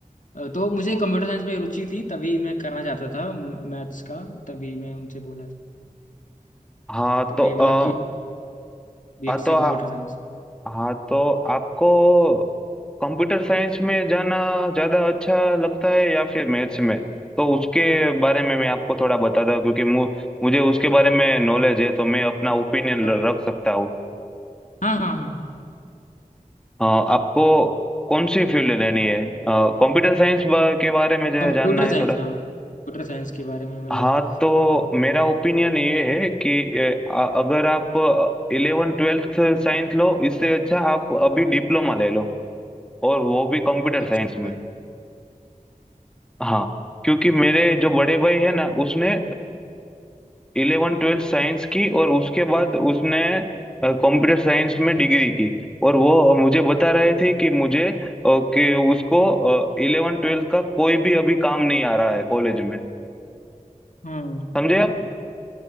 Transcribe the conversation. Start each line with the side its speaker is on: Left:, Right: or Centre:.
Left: अ, तो मुझे कंप्यूटर साइंस में रुचि थी तभी मैं करना चाहता था मैथ्स का तभी मैं उनसे बोला था
Centre: हाँ
Left: तभी
Centre: तो अ,
Left: मतलब कि बीएससी
Centre: हाँ तो आ,
Left: कंप्यूटर साइंस
Centre: हाँ तो आपको कंप्यूटर साइंस में जाना ज्यादा अच्छा लगता है या फिर मैथ्स में तो उसके बारे में मैं आपको थोड़ा बताता हूँ क्योंकि मु, मुझे उसके बारे में नॉलेज है तो मैं अपना ओपिनियन
Left: हाँ
Centre: रख सकता हूँ
Left: हाँ हाँ
Centre: अ, आपको कौन सी फील्ड लेनी है कंप्यूटर साइंस के बारे में जो
Left: कंप्यूटर
Centre: है जानना है
Left: साइंस
Centre: थोड़ा
Left: हाँ कंप्यूटर साइंस के बारे में मतलब
Centre: हाँ तो मेरा ओपिनियन ये है कि ए, अ- अगर आप इलेवन ट्वेल्थ साइंस लो इससे अच्छा आप अभी डिप्लोमा ले लो और वो भी कंप्यूटर
Left: अच्छा
Centre: साइंस में हाँ क्योंकि मेरे जो बड़े भाई है ना उसने इलेवन ट्वेल्थ साइंस की और उसके बाद उसने कंप्यूटर साइंस में डिग्री की और वो मुझे बता रहे थे कि मुझे अ, कि उसको इलेवन ट्वेल्थ का कोई भी अभी काम नहीं आ रहा है कॉलेज में
Left: हाँ
Centre: समझे आप